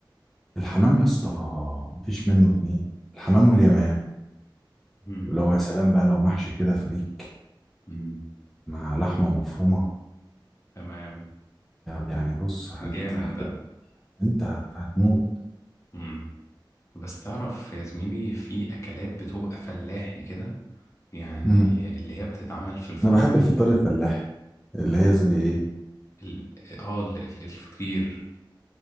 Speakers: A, in the centre; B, on the left.
A: الحمام يا اسطى مفيش منه اتنين الحمام واليمام
B: مم.
A: ولو يا سلام بقى لو محشي كده فريك
B: مم.
A: مع لحمة مفرومة
B: تمام
A: يعني بص هت...
B: جامد
A: هت...
B: ده
A: انت هت... هتموت
B: مم. بس تعرف يا زميلي في أكلات بتبقى فلاحي كده يعني
A: امم
B: اللي هي بتتعمل في الفرن
A: انا بحب الفطار
B: ال...
A: الفلاحي اللي هي زي ايه
B: ال... اه ال... ال- الفطير